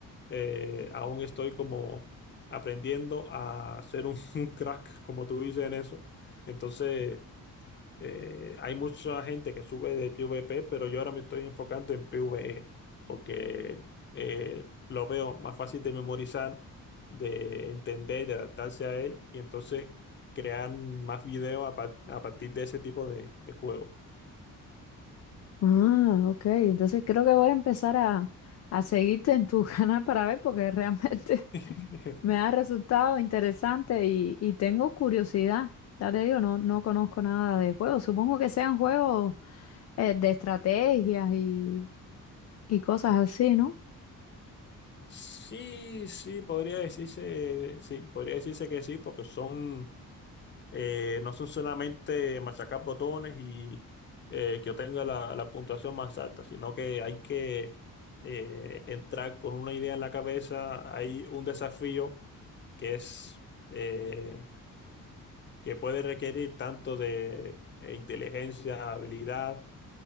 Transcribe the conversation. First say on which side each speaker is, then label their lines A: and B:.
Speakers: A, on the left; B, on the left.
A: Eh, aún estoy como aprendiendo a ser un, <laughs> un crack, como tú dices en eso. Entonces... Eh, hay mucha gente que sube de PvP, pero yo ahora me estoy enfocando en PvE, porque eh, lo veo más fácil de memorizar, de entender, de adaptarse a él, y entonces crear más videos a, par- a partir de ese tipo de, de juego.
B: Ah, ok. Entonces creo que voy a empezar a, a seguirte en tu <laughs> canal para ver porque realmente <laughs>
A: <laughs>
B: me ha resultado interesante y, y tengo curiosidad. Ya te digo, no, no conozco nada de juegos. Supongo que sean juegos eh, de estrategias y, y cosas así, ¿no?
A: Sí, sí, podría decirse, sí, podría decirse que sí, porque son Eh, no son solamente machacar botones y eh, que obtenga la, la puntuación más alta, sino que hay que eh, entrar con una idea en la cabeza. Hay un desafío que es eh, que puede requerir tanto de eh, inteligencia, habilidad